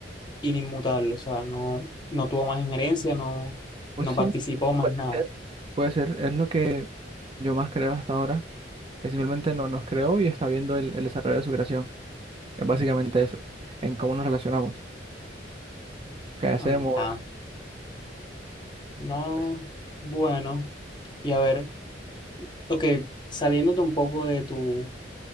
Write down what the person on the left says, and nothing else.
inmutable, o sea, no, no tuvo más injerencia, no,
no
participó más
nada.
Ajá. No,
bueno. Y a ver, ok, saliéndote un poco de tu,